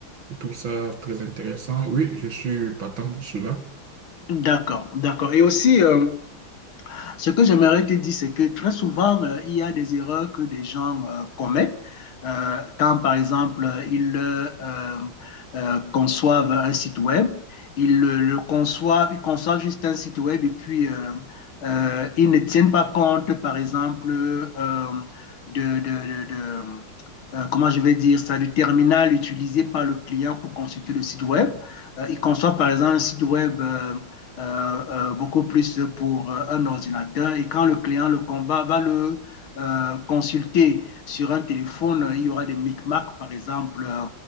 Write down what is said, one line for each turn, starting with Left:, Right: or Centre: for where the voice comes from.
Right: Je trouve ça très intéressant. Oui, je suis partant pour cela.
Left: D'accord, d'accord. Et aussi, euh, Ce que j'aimerais te dire, c'est que très souvent, euh, il y a des erreurs que des gens euh, commettent euh, quand, par exemple, ils euh, euh, conçoivent un site web. Ils le, le conçoivent, ils conçoivent juste un site web et puis euh, euh, ils ne tiennent pas compte, par exemple, euh, de, de, de, de- euh, comment je vais dire ça, du terminal utilisé par le client pour consulter le site web. Euh, ils conçoivent, par exemple, un site web. euh, euh, euh, beaucoup plus pour euh, un ordinateur. Et quand le client, le combat, va le euh, consulter sur un téléphone, il y aura des micmacs, par exemple, euh,